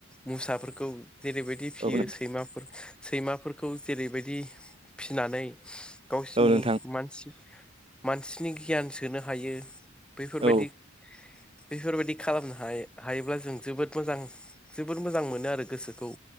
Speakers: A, in the centre; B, on the right.
A: मोसाफोरखौ जेरैबायदि फिसियो
B: औ नोंथां
A: सैमाफोर सैमाफोरखौ जेरैबायदि फिनानै गावसिनि
B: औ नोंथां
A: मानसि मानसिनि गियान सोनो हायो बैफोरबायदि
B: औ
A: बेफोरबायदि खालामनो हाय हायोब्ला जों जोबोद मोजां। जोबोर मोजां मोनो आरो गोसोखौ‌